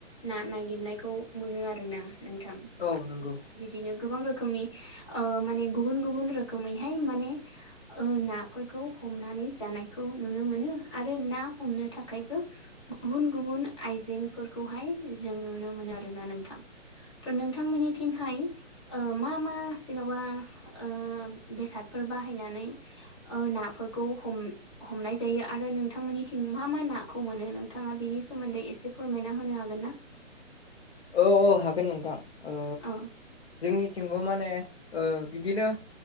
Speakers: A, on the left; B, on the left.
A: ना नागिरनायखौ मोनो आरो ना नोंथां।
B: औ नंगौ
A: बिदिनो गोबां रोखोमनि ओ माने गुबुन गुबुन रोखोमैहाय माने ओ नाफोरखौ हमनानै जानायखौ नुनो मोनो आरो ना हमनो थाखाय गुबुन गुबुन आइजेंफोरखौहाय जों नुनो मोनो आरोना नोंथां। त' नोंथांमोननिथिंहाय ओ मा मा जेन'बा ओ बेसादफोर बाहायनानै ओ नाफोरखौ हम हमनाय जायो आरो नोंथांमोननिथिं मा मा नाखौ मोनो नोंथाङा बिनि सोमोन्दै एसे फोरमायना होनो हागोन ना?
B: औ औ हागोन नोंथां ओ
A: औ
B: जोंनिथिंबो माने ओ बिदिनो